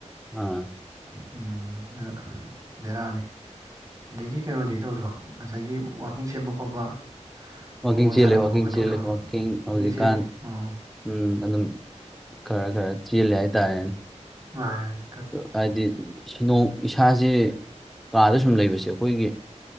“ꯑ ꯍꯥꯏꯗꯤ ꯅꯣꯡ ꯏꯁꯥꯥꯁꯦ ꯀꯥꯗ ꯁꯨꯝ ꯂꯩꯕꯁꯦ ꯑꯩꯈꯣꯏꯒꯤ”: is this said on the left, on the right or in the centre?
Centre